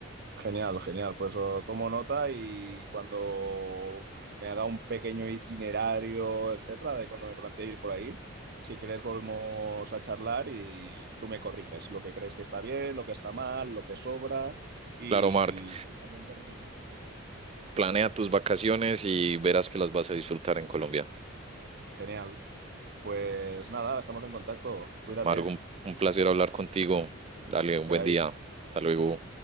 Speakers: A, on the right; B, on the right.
A: Genial, genial. Pues oh, tomo nota y cuando me haga un pequeño itinerario, etcétera, de cuando me planteé ir por ahí, si quieres volvemos a charlar y, y tú me corriges lo que crees que está bien, lo que está mal, lo que sobra y,
B: Claro, Marc.
A: y también tus recomendaciones. ¿no?
B: planea tus vacaciones y verás que las vas a disfrutar en Colombia.
A: Genial. Pues nada, estamos en contacto. Cuídate,
B: Margo, un, un placer hablar contigo. Dale un
A: que
B: buen
A: vaya
B: día.
A: bien.
B: Hasta
A: Hasta
B: luego.
A: luego.